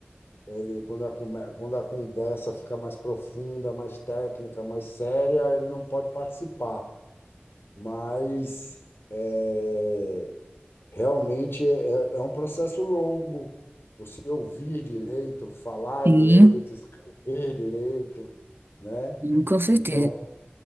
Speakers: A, on the left (about 70°); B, on the right (about 60°).
A: E Quando a, come- quando a conversa fica mais profunda, mais técnica, mais séria, ele não pode participar. Mas é, realmente é, é é um processo longo. Você ouvir direito, falar
B: Sim,
A: direito, escrever direito, né?
B: sim, com certeza.
A: Então,